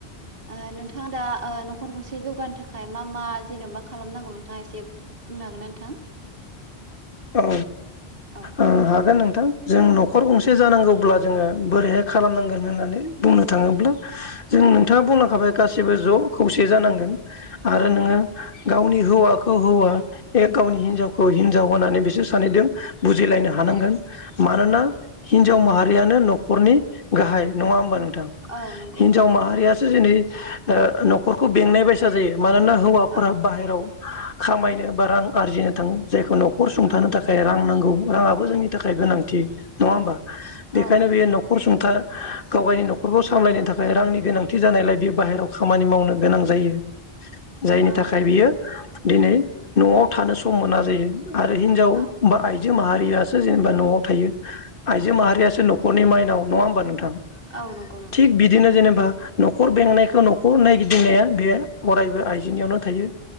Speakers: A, on the right; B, on the left.
A: ओ नोंथांआ दा न'खर गंसे जौगानो थाखाय मा मा जेन'बा खालामनांगौ नोंथाङा एसे बुंनो हागोन ना नोंथां?
B: औ
A: औ
B: ओ हागोन नोंथां जों न खर गंसे जानांगौब्ला जोङो बोरैहाय खालामनांगोन होननानै बुंनो थाङोब्ला जों नोंथाङा बुंलांखाबाय गासिबो ज' खौसे जानांगोन। आरो
A: औ
B: नोङो गावनि हौवाखौ हौवा ए गावनि हिनजावखौ हिनजाव होनानै बिसोर सानैदों बुजिलायनो हानांगोन
A: औ
B: मानोना हि नजाव माहारियानो न'खरनि गाहाय नङा होमबा नों थां
A: औ नंगौ
B: हिनजाव माहारिया दिनै ओ न'खरखौ बेंनाय बायसा जायो। मानोना हौवाफोरा
A: औ
B: बाहेराव खामायनो बा रां आरजिनो थाङो जायखौ न सुंथानो
A: औ
B: थाखाय रां नांगौ राङाबो जोंनि थाखाय गोनांथि। नङाहोमबा बेखायनो
A: औ
B: बियो न खर सुंथा गावगायनि न'खरखौ सामलायनो थाखाय रांनि गोनांथि जानायलाय बेयो बाहेरायाव खामानि मावनो गोनां जायो जायनि
A: औ
B: थाखाय बियो दिनै न'आव थानो सम मोना जायो। आरो हिनजाव
A: औ
B: बा आइ जो माहारियासो जेनेबा न'आव थायो आइजो माहारियासो न खरनि माइनाव नङा होमबा नोंथां
A: औ नंगौ नोंथां
B: थिग बिदिनो जेनेबा न'खर बेंनायखौ न'खर नायगिदिंनाया बे अरायबो आइजोनियावनो थायो।